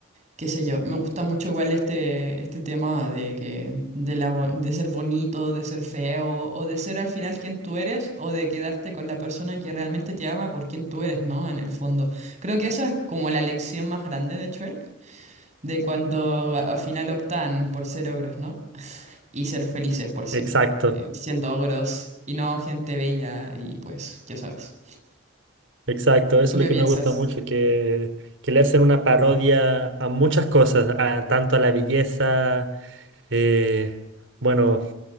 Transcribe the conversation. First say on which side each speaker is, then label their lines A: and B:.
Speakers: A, on the right; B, on the right.
A: qué sé yo. Me gusta mucho igual este, este tema de que, de la, bo- de ser bonito, de ser feo, o de ser al final quien tú eres, o de quedarte con la persona que realmente te ama por quien tú eres, ¿no? En el fondo. Creo que esa es como la lección más grande de Shrek, de cuando a- al final optan por ser ogros, ¿no? Y ser felices por siempre,
B: Exacto.
A: eh, siendo ogros y no gente bella y pues, ya sabes.
B: Exacto, eso
A: ¿Tú
B: es lo
A: qué
B: que
A: piensas?
B: me gusta mucho, que, que le hacen una parodia a muchas cosas, a- tanto a la belleza, eh, bueno,